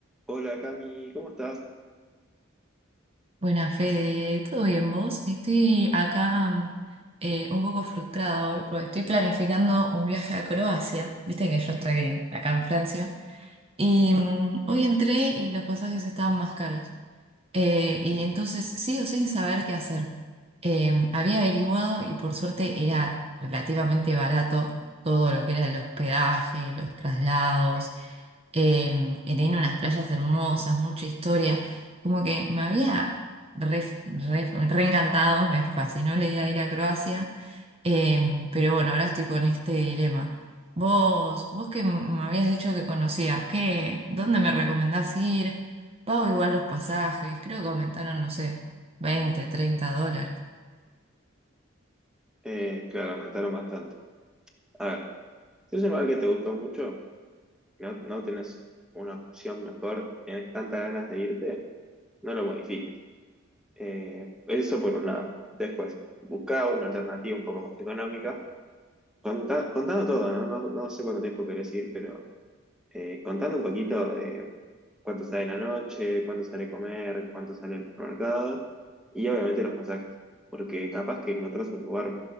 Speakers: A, in the centre; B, on the right.
A: Hola Cami, ¿cómo estás?
B: Buena Fede, ¿todo bien vos? Estoy acá mm, eh, un poco frustrada hoy porque estoy planificando un viaje a Croacia. Viste que yo estoy acá en Francia. Y mm, hoy entré y los pasajes estaban más caros. Eh, y entonces sigo sin saber qué hacer. Eh, había averiguado y por suerte era relativamente barato todo lo que era el hospedaje, los traslados eh, que tiene unas playas hermosas, mucha historia. Como que me había re, re- reencantado, me fascinó la idea de ir a Croacia, eh, pero bueno, ahora estoy con este dilema. Vos, vos que me habías dicho que conocías, ¿qué, dónde me recomendás ir? Pago igual los pasajes, creo que aumentaron, no sé, 20, 30 dólares.
A: Eh, claro, aumentaron bastante. A ver, si es un lugar que te gustó mucho, no, no tenés una opción mejor, tienes tantas ganas de irte, no lo modifiques. Eh, eso por una Después, busca una alternativa un poco más económica. Contá- contando todo, ¿no? No, no sé cuánto tiempo querés ir, pero Eh, contando un poquito de cuánto sale la noche, cuánto sale comer, cuánto sale el supermercado y obviamente los pasajes, porque capaz que encontrás un lugar